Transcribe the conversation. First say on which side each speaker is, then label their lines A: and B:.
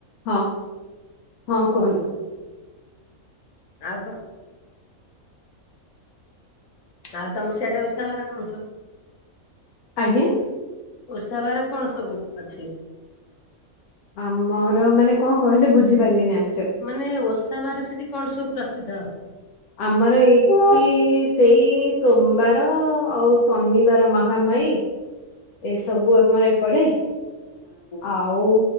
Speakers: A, on the left; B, on the left.
A: ହଁ। <inaudible> ହଁ କୁହନ୍ତୁ?
B: ଆଉ କଣ। ତାହେଲେ ତ ସିଆଡେ ଉଷା ବାର କରୁଚୁ।
A: ଆଜ୍ଞା।
B: ଓର୍ଷା ବାର କଣ ସବୁ ଅଛି?
A: ଆମର ମାନେ କଣ କହିଲେ ବୁଝିପାରିଲିନି ଆ
B: ମାନେ ଓଷା ବାର ସେଠି କଣ ସବୁ ପ୍ରସିଦ୍ଧ?
A: ଆମର ଏଇଠି ସେଇ ସୋମବାର ଆଉ ଶନିବାର ମହା ମାଇ? ଏସବୁ ଆମର ଏପଡେ ଆଉ